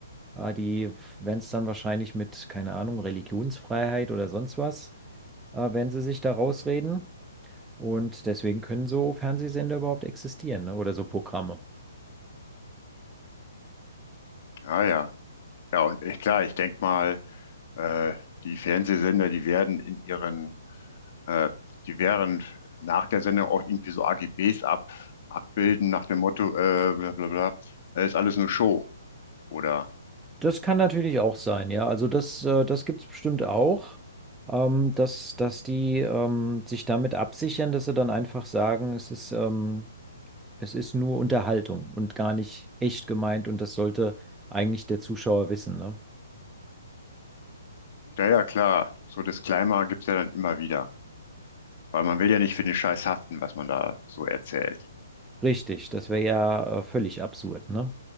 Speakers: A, in the centre; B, on the left (about 35°).
A: Äh, die, wenn es dann wahrscheinlich mit, keine Ahnung, Religionsfreiheit oder sonst was, äh, wenn sie sich da rausreden. Und deswegen können so Fernsehsender überhaupt existieren, ne? Oder so Programme.
B: Ah ja, ja und ich, klar, ich denke mal, äh, die Fernsehsender, die werden in ihren, äh, die werden nach der Sendung auch irgendwie so AGBs ab, abbilden nach dem Motto, äh, bla bla bla, äh, ist alles nur Show oder
A: Das kann natürlich auch sein, ja. Also das, äh, das gibt es bestimmt auch, ähm, dass, dass die ähm, sich damit absichern, dass sie dann einfach sagen, es ist, ähm, es ist nur Unterhaltung und gar nicht echt gemeint und das sollte eigentlich der Zuschauer wissen, ne?
B: Ja, ja, klar. So Disclaimer gibt's ja dann immer wieder. Weil man will ja nicht für den Scheiß haften, was man da so erzählt.
A: Richtig, das wäre ja äh, völlig absurd, ne?